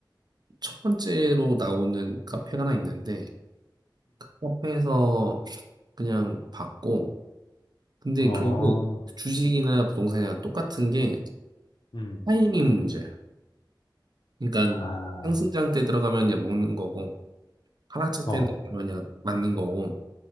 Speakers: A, on the right (about 55°); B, on the left (about 70°).
A: 첫 번째로 나오는 카페가 하나 있는데 그 카페에서 그냥 봤고 근데
B: 어,
A: 결국 주식이나 부동산이랑 똑같은 게
B: 음,
A: 타이밍 문제야. 그러니까
B: 아,
A: 상승장 때 들어가면 그냥 먹는 거고 하락장
B: 어,
A: 때 들어가면 그냥 맞는 거고